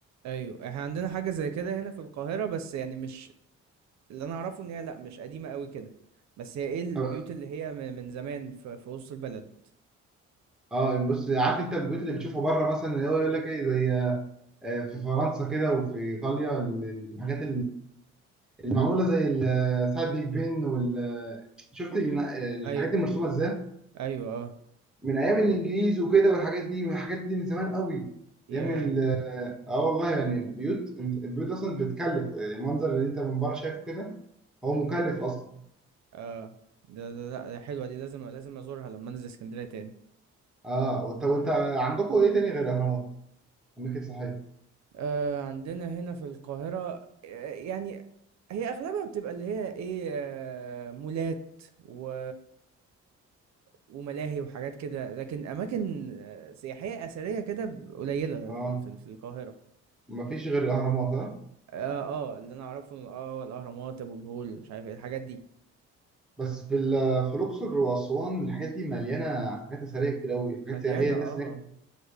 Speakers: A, on the right; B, in the centre.
A: أيوه، إحنا عندنا حاجة زي كده هنا في القاهرة بس يعني مش اللي أنا أعرفه إن هي لأ مش قديمة أوي كده، بس هي إيه البيوت
B: طب-
A: اللي هي م من زمان ف في وسط البلد،
B: اه بص عارف انت البيوت اللي بتشوفها بره مثلا اللي هو يقول لك ايه زي آه، في فرنسا كده وفي ايطاليا الحاجات المعموله زي ال- ساعه بيج بن وال شفت الن-
A: أيوه،
B: الحاجات دي مرسومه ازاي
A: أيوه آه،
B: من ايام الانجليز وكده والحاجات دي والحاجات دي من زمان قوي
A: ياه!
B: ايام ال اه والله يعني بيوت البيوت اصلا بتكلف يعني المنظر اللي انت من بره شايفه كده هو مكلف اصلا
A: آه، ده ده لأ، ده حلوة دي لازم لازم أزورها لمّا أنزل إسكندرية تاني.
B: اه وانت وانت عندكم ايه تاني غير الاهرامات؟ اماكن سياحيه
A: آآ، عندنا هنا في القاهرة آآ، يعني هي أغلبها بتبقى اللي هي إيه، آآ، مولات و وملاهي وحاجات كده، لكن أماكن آه، سياحية أثرية كده ب قليلة
B: اه
A: في ال في ال في القاهرة.
B: مفيش غير الاهرامات ها
A: آآ، آه، اللي أنا أعرفه آه، الأهرامات، أبو الهول، مش عارف إيه، الحاجات دي.
B: بس في ال- في الاقصر واسوان الحاجات دي مليانه حاجات اثريه كتير قوي
A: مليانة
B: حاجات سياحيه الناس
A: آه،
B: هناك